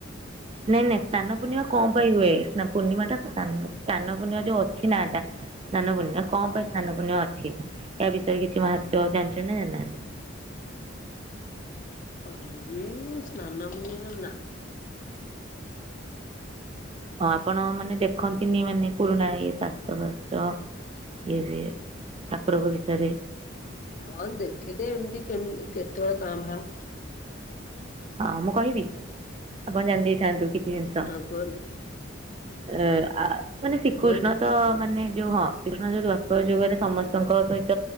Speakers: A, on the right; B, on the left.
A: ନାଇଁ ନାଇଁ ସ୍ନାନ ପୂର୍ଣ୍ଣିମା କଣ ପାଇଁ ହୁଏ? ନା ପୂର୍ଣ୍ଣିମା ଟା ସାନ ପୂର୍ଣ୍ଣିମା ଯୋଉ ଅଛି ନାଆ ଟା। ସ୍ନାନ ପୂର୍ଣ୍ଣିମା କଣ ପାଇଁ ସ୍ନାନ ପୂର୍ଣ୍ଣିମା ଅଛି? ୟା ବିଷୟରେ କିଛି ମାହତ୍ଵ ଜାଣିଛନ୍ତି ନା ଜାଣିନାହାନ୍ତି?
B: ହୁଁ ସ୍ନାନ ପୂର୍ଣ୍ଣିମା ନା।
A: ହଁ ଆପଣ ମାନେ ଦେଖନ୍ତିନି ମାନେ ପୁରୁଣା ଇଏ <unintelligible> ଇଏ ବି ଠାକୁରଙ୍କ ବିଷୟରେ।
B: ହଁ ଦେଖିଦେ ଏମିତି କେମ କେତେବେଳେ କାଁ ଭାଁ।
A: ହଁ ମୁଁ କହିବି ଆପଣ ଜାଣିଦେଇଥାନ୍ତୁ କିଛି ଜିନିଷ।
B: ହଁ କୁହନ୍ତୁ
A: ଏ ଆ ମାନେ ଶ୍ରୀକୃଷ୍ଣ
B: କୁହନ୍ତୁ।
A: ତ ମାନେ ଯୋଉ ହଁ। ଶ୍ରୀକୃଷ୍ଣ ଯୋଉ ଦ୍ଵାପର ଯୁଗରେ ସମସ୍ତଙ୍କ ସହିତ।